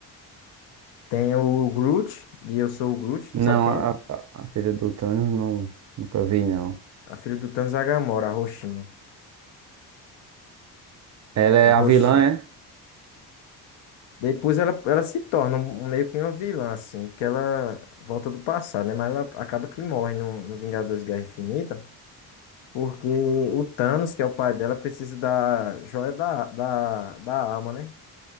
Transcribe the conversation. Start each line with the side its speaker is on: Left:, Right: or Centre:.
Left: Tem o Groot, e eu sou o Groot,
Right: Não,
Left: tu sabe quem
Right: a,
Left: é?
Right: a, a filha do Thanos, não, nunca vi, não.
Left: A filha do Thanos é a Gamora, a roxinha.
Right: Ela é
Left: A roxinha.
Right: a vilã, é?
Left: Depois ela, ela se torna um, um- meio que uma vilã, assim, porque ela volta do passado, né? Mas ela acaba que morre no, no Vingadores Guerra Infinita. Porque o Thanos, que é o pai dela, precisa da joia da, da, da alma, né?